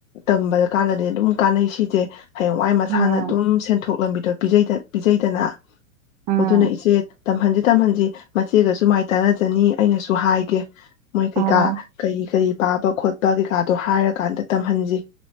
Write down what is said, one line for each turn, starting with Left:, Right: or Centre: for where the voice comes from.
Left: ꯇꯝꯕꯗ ꯀꯥꯟꯗꯗꯤ ꯑꯗꯨꯝ ꯀꯥꯟꯅꯩ ꯁꯤꯁꯦ ꯍꯌꯦꯡꯋꯥꯏ ꯃꯁꯥꯅ
Right: ꯎꯝ ꯎꯝ
Left: ꯑꯗꯨꯝ ꯁꯦꯟꯊꯣꯛ ꯂꯝꯕꯤꯗꯣ ꯄꯤꯖ ꯄꯤꯖꯩꯗꯅ
Right: ꯎꯝ
Left: ꯑꯗꯨꯅ ꯏꯆꯦ ꯇꯝꯍꯟꯁꯤ ꯇꯝꯍꯟꯁꯤ ꯃꯆꯦꯒꯁꯨ ꯃꯥꯏ ꯇꯥꯟꯅꯖꯅꯤ ꯑꯩꯅꯁꯨ ꯍꯥꯏꯒꯦ ꯃꯣꯏ ꯀꯩꯀꯥ
Right: ꯑꯣ
Left: ꯀꯔꯤ ꯀꯔꯤ ꯄꯥꯕ ꯈꯣꯠꯄ ꯀꯩꯀꯥ <unintelligible> ꯍꯥꯏꯔꯀꯥꯟꯗ ꯇꯝꯍꯟꯁꯤ